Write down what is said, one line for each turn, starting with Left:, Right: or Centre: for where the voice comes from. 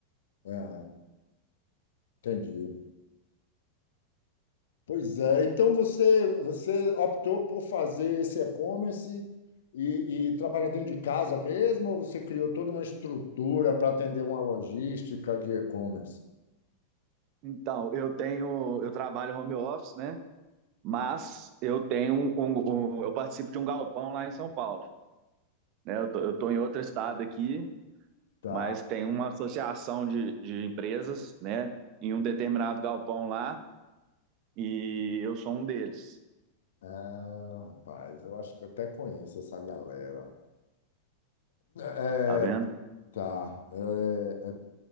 Left: Ah, entendi. Pois é. Então você, você optou por fazer esse e-commerce e, e trabalha dentro de casa mesmo, ou você criou toda uma estrutura para atender uma logística de e-commerce?
Right: Então, eu tenho, eu trabalho home office, né? mas eu tenho um, um- um- eu participo de um galpão lá em São Paulo, né? Eu tô, eu tô em outro estado aqui,
Left: Tá.
Right: mas tem uma associação de, de empresas, né? Em um determinado galpão lá e eu sou um deles,
Left: Ah, rapaz, eu acho que eu até conheço essa galera. É,
Right: tá vendo?
Left: tá. É,